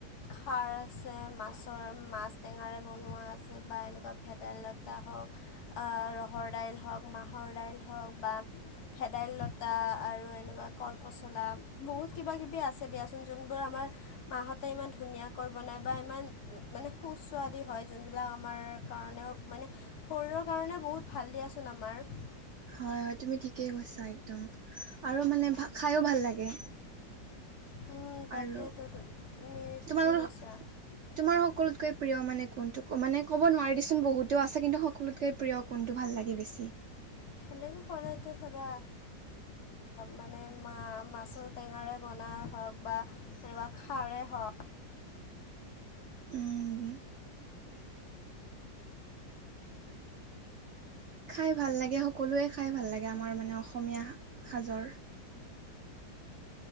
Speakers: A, on the left; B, on the right.
A: খাৰ আছে মাছৰ মাছ টেঙাৰে বনোৱা আছে বা এনেকুৱা ভেদাইলত তা হওঁক, ৰহৰ দাইল হওঁক, মা'হৰ দাইল হওঁক বা ভেদাইলতা তা আৰু এনেকুৱা কল পচলা বহুত কিবা কিবি আছে দিয়াচোন যোনবোৰ আমাৰ মাহঁতে ইমান ধুনীয়াকৈ বনায় বা ইমান মানে সুস্বাদু হয়, যোনবিলাক আমাৰ কাৰণেও মানে শৰীৰৰ কাৰণে বহুত ভাল দিয়াচোন আমাৰ।
B: হয়, হয় তুমি ঠিকেই কৈছা একদম, আৰু মানে খাইও ভাল লাগে।
A: উম তাকে
B: আৰু
A: তো তুমি ঠিকেই
B: তোমালোকৰ
A: কৈছা।
B: তোমাৰ সকলোতকৈ প্ৰিয় মানে কোনটো মানে ক'ব নোৱাৰি দিয়া চোন বহুতো আছে। কিন্তু সকলোতকে প্ৰিয় কোনটো ভাল লাগে বেছি?
A: সেনেকে ক'লে এতিয়া চাবা মানে মাছৰ টেঙাৰে বনাই হওঁক বা তেনেকুৱা খাৰে হওঁক
B: উম খাই ভাল লাগে সকলোৱে খাই ভাল লাগে আমাৰ মানে অসমীয়া সাজৰ।